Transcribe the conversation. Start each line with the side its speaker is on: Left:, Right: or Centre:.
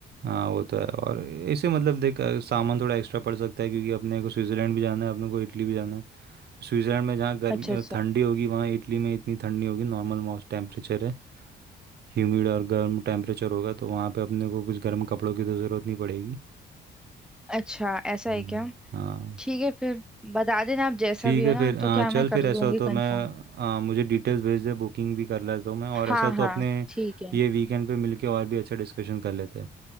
Right: हाँ वो तो है और इसे मतलब देख अ, सामान थोड़ा एक्स्ट्रा पड़ सकता है क्योंकि अपने को स्विट्ज़रलैंड भी जाना है अपने को इटली भी जाना है स्विट्ज़रलैंड में जहाँ गर्म
Centre: अच्छा अच्छा
Right: अ, ठंडी होगी वहाँ इटली में इतनी ठंडी होगी नॉर्मल मौसम टेम्परेचर है ह्यूमिड और गर्म टेम्परेचर होगा तो वहाँ पे अपने को कुछ गर्म कपड़ों की तो ज़रूरत नहीं पड़ेगी
Centre: अच्छा ऐसा
Right: हम्म,
Centre: है क्या
Right: हाँ
Centre: ठीक है फिर बता देना आप जैसा
Right: ठीक
Centre: भी हो
Right: है
Centre: ना
Right: फिर हाँ
Centre: तो क्या मैं
Right: चल फिर
Centre: कर
Right: ऐसा
Centre: लूँगी
Right: हो तो
Centre: कंफर्म
Right: मैं हाँ, मुझे डिटेल्स भेज दे बुकिंग भी कर लेता हूँ मैं और
Centre: हाँ
Right: ऐसा हो तो
Centre: हाँ
Right: अपने
Centre: ठीक है
Right: ये वीकेंड पे मिलके और भी अच्छा डिस्कशन कर लेते हैं